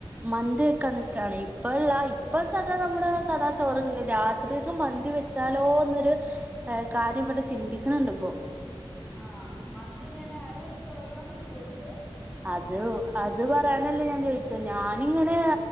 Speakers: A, on the right; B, in the centre.
A: മന്തി വെക്കാൻ നിക്കാണ്. ഇപ്പളല്ല ഇപ്പ സദാ നമ്മുടെ സദാ ചോറന്നണ്ട് രാത്രികക്ക് മന്തി വെച് ചാലോ ന്നൊരു കാര്യം വടെ ചിന്തിക്ക്‌ണ് ണ്ട് പ്പൊ
B: ആഹ് മന്ത്യെങ്ങനെ ആര വെക്കാ വെക്കാൻ വെയ്ക്കൂ ങക്ക്
A: അതു അത് പറയാനല്ലേ ഞാൻ ചോയി ച്ചഹ്. ഞാനിങ്ങനെ